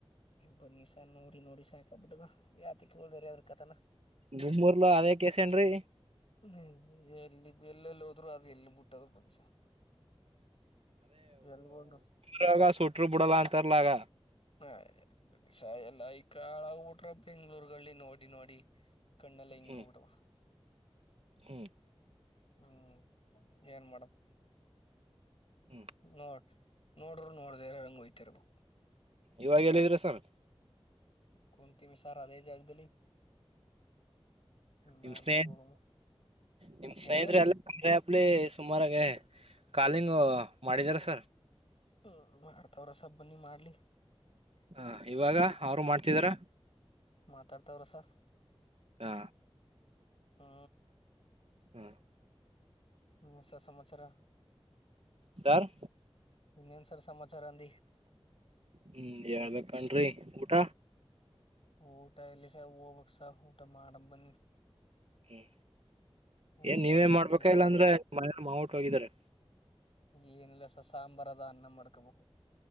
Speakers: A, on the left; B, on the right.
A: ಬನ್ನಿ ಸರ್ ನೋಡಿ ನೋಡಿ ಸಾಕಾಗ್ ಬಿಟ್ಟದ ಯಾತಕ್ ಹೇಳ್ದವ್ರಿ ಅವ್ರ್ ಕಥೇನ.
B: ನಿಮ್ಮುರ್ಲು ಅದೇ ಕೇಸೆನ್ರೀ
A: ಹ್ಮ ಎಲ್ ಎಲ್ಲೆಲ್ ಹೋದ್ರು ಅದ ಎಲ್ ಬುಟ್ ತೋಗೊ ಬನ್ನಿ ಸಾ ಅದ್ ಎಲ್ಗೊದ್ರು
B: ರಾಗ ಸುಟ್ರು ಬಿಡಲ್ಲ ಅಂತಾರಲಾಗ
A: ಹ್ ಸಾಯಲ್ ಈ ಕಾಳ ಊಟ್ರ ಬೆಂಗ್ಳೂರ್ಗಳ್ಳಿ ನೋಡಿ ನೋಡಿ. ಕಣ್ಣೆಲ್ಲ ಹಿಂಗ
B: ಹ್ಮ್
A: ಹೋಗ್ಬಿಟವ
B: ಹ್ಮ್
A: ಹ್ಮ್ ಏನ್ ಮಾಡಮ್
B: ಹ್ಮ್
A: ನೋಡ್ರ್ ನೋಡರು ನೋಡ್ದಿರಂಗ್ ಹೊಯ್ತಿರ್ಬೇ
B: ಇವಾಗ ಎಲ್ಲಿದೀರಾ ಸರ್
A: ಕುಂತೀಮಿ ಸಾರ್ ಅದೇ ಜಾಗದಲ್ಲಿ ಹ್ಮ್
B: ನಿಮ್
A: ಆಮೇಲ್
B: ಸ್ನೇ
A: ಹೋಗಮ್ಮ
B: ನಿಮ್ ಸ್ನೇಹಿತರೆಲ್
A: ಏನ್ಸ
B: ಅಂದ್ರೆ ಹಪ್ಲಿ ಸುಮಾರಾಗೇ ಕಾಲಿಂಗ್ ಮಾಡಿದಾರೆ ಸರ್
A: ಹ ಮಾಡ್ತಾವ್ರೆ ಸರ್ ಬನ್ನಿ ಮಾಡ್ಲಿ
B: ಹ ಇವಾಗ ಅವ್ರು ಮಾಡ್ತಿದಾರ
A: ಮಾತಾಡ್ತಾವ್ರೆ ಸರ್
B: ಯಾ
A: ಹ್ಮ
B: ಹ್ಮ್
A: ಹ ಸ ಸಮಚಾರ
B: ಸಾರ್
A: ಇನ್ನೇನ್ ಸರ್ ಸಮಾಚಾರ ಅ
B: ಹ್ಮ್ ಯಳ್ಬೇಕಣ್ರಿ ಊಟ
A: ಊಟ ಎಲ್ಲಿ ಸ ಹೋಗಬಕ್ಸ ಊಟ ಮಾಡ ಬಂದಿ
B: ಹ್ಮ್
A: ಊಟೆ
B: ಏನ್ ನೀವೇ
A: ನದ
B: ಮಾಡ್ಬೇಕ
A: ನ
B: ಇಲ್ಲ ಅಂದ್ರೆ ಮನೆ ಮಾವುಟ್ ಹೋಗಿದಾರೆ
A: ಏನಿಲ್ಲಸ ಸಾಂಬಾರ ಅದ ಅನ್ನ ಮಾಡ್ಕೋಬೇಕು